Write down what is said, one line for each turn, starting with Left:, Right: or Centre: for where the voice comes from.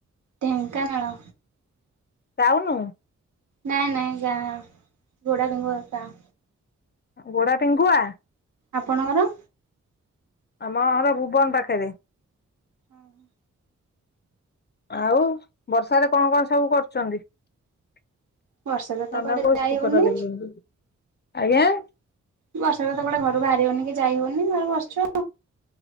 Right: ଢେଙ୍କାନାଳ।
Left: ଟାଉନୁ?
Right: ନାଇଁ ନାଇଁ ଗାଁ। ଗୋଡ଼ା ପେଙ୍ଗୁଆ ଗାଁ।
Left: ଗୋଡା ପିଙ୍ଗୁଆ?
Right: ଆପଣଙ୍କର?
Left: ଆମ ଘର ଭୁବନ ପାଖେରେ।
Right: ଓହୋ।
Left: ଆଉ ବର୍ଷାରେ କଣ କଣ ସବୁ କରୁଛନ୍ତି? ଆଜ୍ଞା।
Right: ବର୍ଷାରେ ତ କୁଆଡେ ଯାଇ ହଉନି ବର୍ଷାରେ ତ କୁଆଡେ ଘରୁ ବାହାରି ହଉନି କି ଯାଇ ହଉନି ଘରେ ବସଛୁ।